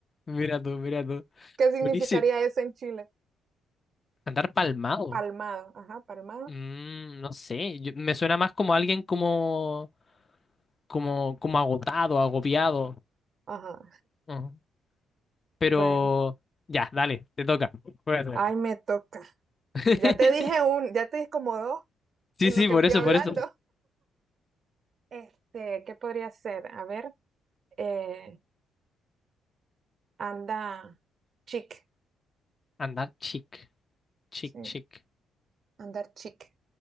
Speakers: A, on the left; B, on the right.
A: mira tú, mira tú.
B: ¿Qué significaría
A: Buenísimo.
B: eso en Chile?
A: Andar palmado.
B: Palmado, ajá, palmado,
A: Mm, no sé, yo- me suena más como alguien como, como, como agotado, agobiado.
B: ajá.
A: Ujú. Pero
B: Bueno,
A: ya, dale, te toca. Voy a hacer.
B: ay, me toca.
A: <laughs>
B: Ya te dije un, ya te dije como dos
A: Sí,
B: en
A: sí,
B: lo que
A: por
B: fui
A: eso,
B: hablando.
A: por eso.
B: Este, ¿qué podría ser? A ver, eh, anda chic,
A: Andar chic. Chic,
B: sí,
A: chic.
B: andar chic.